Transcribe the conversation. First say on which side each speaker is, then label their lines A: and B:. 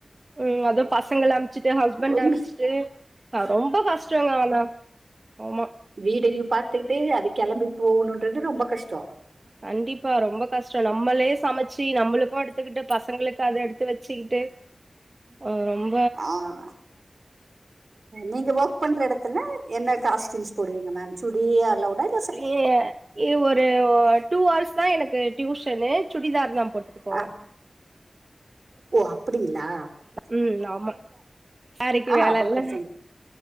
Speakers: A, on the right; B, on the right.
A: ம் அதா பசங்கல அம்ச்சுட்டு ஹஸ்பண்ட
B: உங்க
A: அம்ச்சுட்டு கா ரொம்ப கஷ் கஷ்டங்கோ ஆனா ஆமா
B: வீடையு பாத்துக்கிட்டு அது கெளம்பி போகனுன்றது ரொம்ப கஷ்டோ
A: கண்டிப்பா ரொம்ப கஷ்டோ நம்மளே சமச்சு நம்மளுக்கு எடுத்துக்குட்டு பசங்களுக்கு அத எடுத் த்து வச்சுக்கிட்டு அ ரொம்
B: ஆமா நீங்க ஓஃக் பண்ற எடத்துல என்ன காஸ்டிம்ஸ் போடுவீங்க மேம் சுடி அளொவ்டா இல்
A: ஏ எ ஒரு வ டூ ஹர்ஸ் தா எனக்கு டியூஷனு சுடிதார் தா போட் த்து போவ
B: ஆ ஓ அப்டிங்ளா
A: ம் ஆமா சேரிக்கு
B: ஆ
A: வேல
B: அப்ப
A: இல்ல
B: பிரச்சன